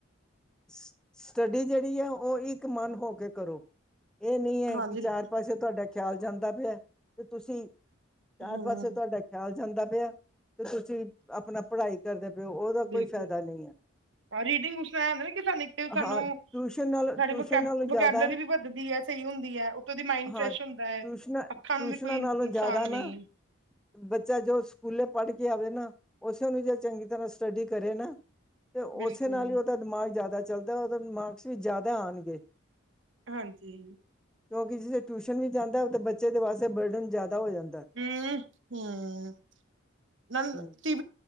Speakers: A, in the centre; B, on the right.
A: ਸ ਸ ਸਟੱਡੀ ਜਿਹੜੀ ਹੈ ਔਹ ਇੱਕ ਮਨ ਹੋ ਕੇ ਕਰੋ। ਇਹ ਨਹੀਂ ਹੈ
B: ਹਾਂਜੀ
A: ਕਿ ਚਾਰ ਪਾਸੇ ਤੁਹਾਡਾ ਖਿਆਲ ਜਾਂਦਾ ਪਿਆ ਤੇ ਤੁਸੀਂ ਚਾਰ
B: ਹਮ
A: ਪਾਸੇ ਤੁਹਾਡਾ ਖਿਆਲ ਜਾਂਦਾ ਪਿਆ, ਤੇ ਤੁਸੀਂ ਆਪਣਾ ਪੜ੍ਹਾਈ ਕਰਦੇ ਪਏਓ ਉਹਦਾ ਕੋਈ
B: ਬਿਲਕੁਲ
A: ਫਾਇਦਾ ਨਹੀਂ ਐ
B: ਰੀਡਿੰਗ ਸੁਣਾਇਆ ਜਾਂਦਾ ਨਾ ਕਿ ਸਾਨੂੰ ਇੱਕ ਸਾਨੂੰ
A: ਹਾਂ ਟਿਊਸ਼ਨ ਨਾਲ
B: ਸਾਡੀ
A: ਟਿਊਸ਼ਨ
B: ਵ
A: ਨਾਲੋਂ
B: ਵਕੈਬਲਰੀ
A: ਜ਼ਿਆਦਾ
B: ਵੀ ਵੱਧਦੀ ਐ ਸਈ ਹੁੰਦੀ ਐ, ਉੱਤੋਂ ਦੀ ਮਾਇੰਡ
A: ਹਾਂ
B: ਫਰੈਸ਼ ਹੁੰਦਾ ਐ,
A: ਟਿਊਸ਼ਨਾਂ
B: ਅੱਖਾਂ
A: ਟਿਊਸ਼ਨਾਂ
B: ਨੂੰ ਵੀ ਕੋਈ
A: ਨਾਲੋਂ
B: ਨੁਕਸਾਨ
A: ਜ਼ਿਆਦਾ ਨਾ
B: ਨਈਂ।
A: ਬੱਚਾ ਜੋ ਸਕੂਲੇ ਪੜ੍ਹ ਕੇ ਆਵੇ ਨਾ, ਓਸੇ ਨੂੰ ਜੇ ਚੰਗੀ ਤਰਾਂ ਸਟੱਡੀ ਕਰੇ ਨਾ, ਤੇ ਓਸੇ
B: ਬਿਲਕੁਲ
A: ਨਾਲ ਈ ਓੱਦਾ ਦਿਮਾਗ ਜਾਅਦਾ ਚੱਲਦਾ, ਓੱਦਾ ਮਾਕਸ ਵੀ ਜਾਅਦਾ ਆਣਗੇ।
B: ਹਾਂਜੀ।
A: ਕਿਓਂਕਿ ਜੇ ਟਿਊਸ਼ਨ ਵੀ ਜਾਂਦਾ ਹਉ, ਤੇ ਬੱਚੇ ਦੇ ਵਾਸਤੇ ਬਡਨ ਜਾਅਦਾ ਹੋ ਜਾਂਦਾ।
B: ਹੂੰ ਹੂੰ, ਨਲ
A: ਹਮ
B: ਟੀ